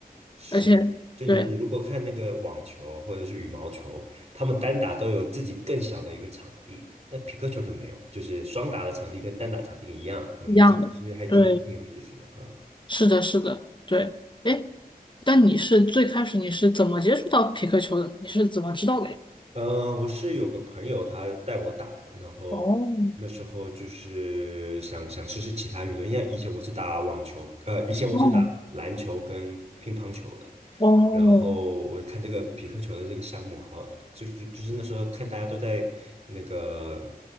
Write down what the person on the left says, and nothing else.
而且
对
一样的，对，是的，是的，对。哎，但你是最开始你是怎么接触到皮克球的？你是怎么知道的呀？
哦，
哦，哦，